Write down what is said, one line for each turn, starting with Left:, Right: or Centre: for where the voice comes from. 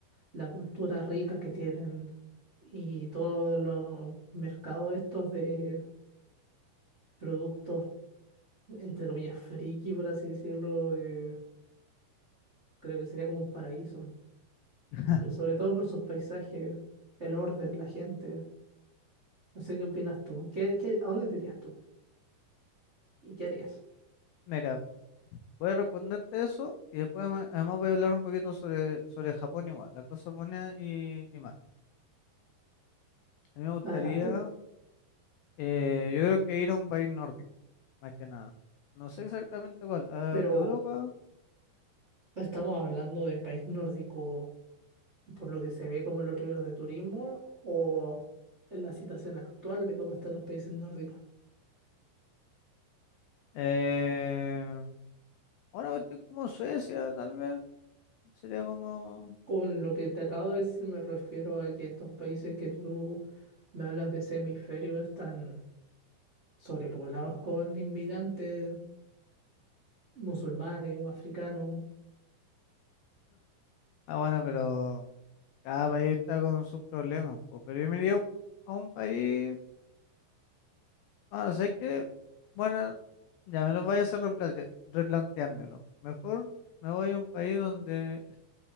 Right: la cultura rica que tienen y todos los mercados estos de productos, entre comillas, friki, por así decirlo, eh, creo que sería como un paraíso,
Left: <laughs>
Right: pero sobre todo por sus paisajes, el orden, la gente. No sé qué opinas tú. ¿Qué, qué- a dónde te irías tú? ¿Y qué harías?
Left: Mira, voy a responderte eso y después ama- además voy a hablar un poquito sobre, sobre Japón igual, las cosas buenas y, y malas. A mí me gustaría
Right: Adelante.
Left: Eh, yo creo que ir a un país nórdico, más que nada. No sé exactamente cuál. ah,
Right: Pero
Left: de Europa.
Right: estamos hablando de país nórdico, por lo que se ve como en los libros de turismo, o en la situación actual de cómo están los países nórdicos.
Left: Eh, ahora estoy como Suecia, tal vez. Sería como...
Right: Con lo que te acabo de decir, me refiero a que estos países que tú me hablas de ese hemisferio están sobrepoblados con inmigrantes musulmanes o africanos.
Left: Ah, bueno, pero cada país está con sus problemas. po. Pero yo me iría a un, a un país... Bueno, sé que... Bueno, ya me lo voy a hacer replante- replanteármelo. Mejor me voy a un país donde,